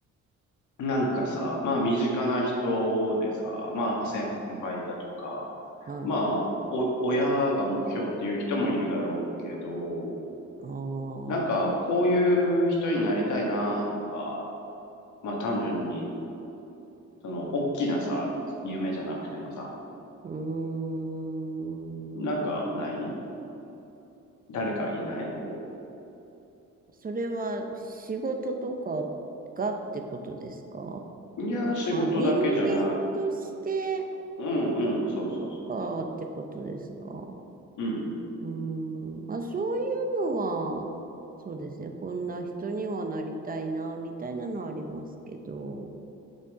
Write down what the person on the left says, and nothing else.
なんかさ、まあ身近な人でさ、まあ先輩だとか、
まあお親が目標っていう人もいるだろうけど、
なんかこういう人になりたいなとか、まあ単純に、その大きなさ、夢じゃなくてもさ、
なんかない誰かいないこ
う。いや、仕事だけじゃない。
うんうん、そうそうそう。
うん